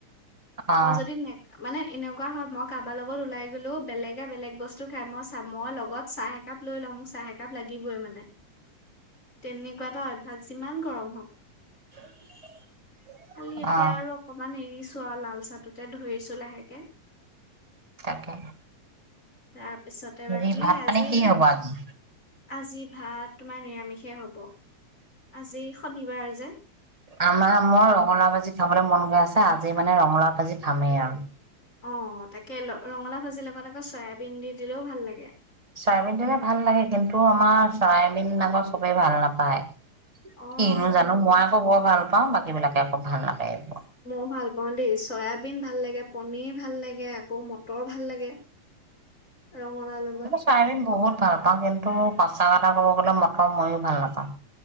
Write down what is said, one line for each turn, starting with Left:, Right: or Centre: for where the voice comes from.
Right: অ
Left: মই যদি নে মানে এনেকুৱা হয়, মই কাৰোবাৰ লগত ওলাই গ'লেও, বেলেগে বেলেগ বস্তু খাই, মই চ মই লগত চাহ একাপ লৈ লওঁ, মোক চাহ একাপ লাগিবই মানে, তেনেকুৱা এটা অভ্যাস, যিমান গৰম হওক।
Right: <inaudible>
Left: খালি এতিয়া
Right: অ
Left: আৰু অকমান এৰিছো আৰু, লাল চাহটোতে ধৰিছো লাহেকে।
Right: তাকে
Left: তাৰপিছতে
Right: হেৰি
Left: বাকী
Right: ভাত পানী
Left: আজি
Right: কি হ'ব আজি
Left: আজি ভাত তোমাৰ নিৰামিষেই হ'ব, আজি শনিবাৰ যে।
Right: আমাৰ মই ৰঙালাওঁ ভাজি খাবলৈ মন গৈ আছে, আজি মানে ৰঙালাওঁ ভাজি খামেই আৰু।
Left: অ', তাকেই ৰঙালাওঁ ভাজিৰ লগত আকৌ চয়াবিন দি দিলেও ভাল লাগে।
Right: চয়াবিন দিলে ভাল লাগে কিন্তু আমাৰ চয়াবিন আকৌ চবেই ভাল নাপায়।
Left: অ',
Right: কিনো
Left: গম
Right: জানো
Left: পাইছোঁ।
Right: মই আকৌ বৰ ভাল পাওঁ বাকী বিলাকে আকৌ ভাল নাপায় এইবোৰ।
Left: মই ভাল পাওঁ দেই চয়াবিন ভাল লাগে পনিৰ ভাল লাগে আকৌ মটৰ ভাল লাগে। ৰঙলাউ লগত।
Right: চায়াবিন বহুত ভাল পাওঁ কিন্তু সঁচা কথা ক'ব গ'লে মটৰ মইয়ো ভাল নাপাওঁ।